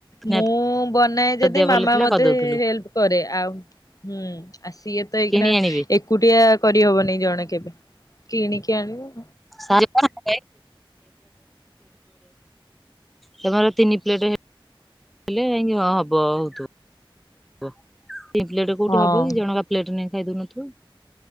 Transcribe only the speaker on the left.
ମୁଁ
ବନାଏ ଯଦି
ମାମା
ମତେ
ହେଲ୍ପ କରେ ଆଉ ହୁଁ ଆଉ ସିଏ ତ ଏଇକିନା
ଏକୁଟିଆ କରିହବନି ଜଣେ କେବେ କିଣିକି ଆଣିବୁ।
ହଁ